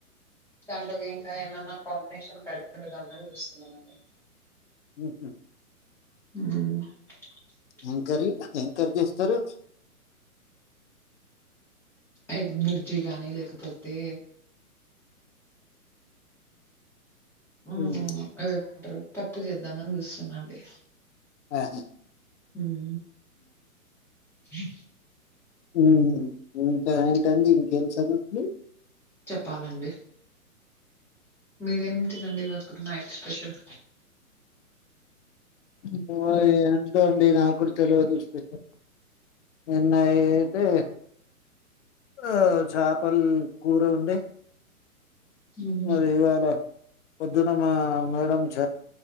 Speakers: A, in the centre; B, on the left.
A: దాంట్లోకి ఇంకా ఏమన్నా కాంబినేషన్ కర్రీ పెడదామని చూస్తున్నామండి
B: ఉహు
A: ఉమ్
B: ఏం కర్రీ ఏం కర్రీ జేస్తారు
A: ఎగ్ బుర్జిగాని లేకపోతే ఉ
B: మ్మ్.
A: అదేమంటారు పప్పు చేద్దామని చూస్తున్నానండి
B: ఆహ
A: ఉమ్ <inaudible>
B: ఉహ్ ఇంకా ఏంటండి ఇంకేం సంగతులు
A: చెప్పాలండి మీరేమిటిదండి వర్ ఇప్పుడు నైట్ స్పెషల్
B: పోవ ఏంటో అండి నాగూడతెల్వదు స్పెషల్ నిన్నఅయితే ఆ చాపల్ కూర ఉండే
A: మ్మ్
B: మరి ఇవ్వాలా పొద్దున్న మా మేడం చ